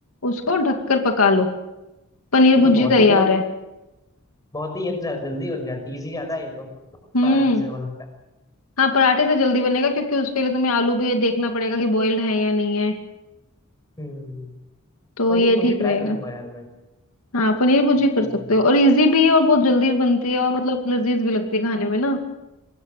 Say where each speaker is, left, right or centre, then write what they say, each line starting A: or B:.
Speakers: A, on the left (about 70°); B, on the left (about 15°).
A: उसको ढककर पका लो पनीर
B: ये
A: भुर्जी
B: तो बहुत
A: तैयार
B: ही मतलब
A: है
B: बहुत ही ये तो जल- जल्दी बन जाती है इजी ज्यादा है ये तो
A: हम्म
B: पराठे से मुझे लगता है
A: हाँ पराठे से जल्दी बनेगा क्योंकि उसके लिए तुम्हें आलू भी ये देखना पड़ेगा कि बॉइल्ड है या नहीं है
B: हम्म
A: तो
B: पनीर
A: ये
B: भुर्जी
A: ठीक
B: ट्राई
A: रहेगा
B: करूंगा यार
A: हाँ पनीर भुर्जी
B: मैं
A: कर सकते हो और इजी भी है और बहुत जल्दी भी बनती है और मतलब लजीज भी लगती है खाने में ना